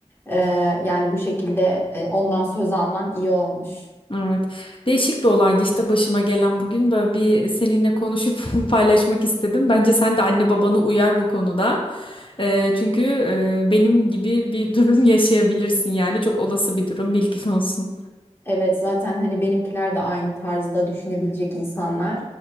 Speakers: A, on the left; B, on the left.
A: E, yani bu şekilde e, ondan söz alman iyi olmuş.
B: Evet. Değişik bir olaydı işte başıma gelen bugün. Böyle bir seninle konuşup <laughs> paylaşmak istedim. Bence sen de anne babanı uyar bu konuda. Ee, çünkü e, benim gibi bir durum <laughs> yaşayabilirsin yani. Çok olası bir durum bilgin olsun.
A: Evet zaten hani benimkiler de aynı tarzda düşünebilecek insanlar.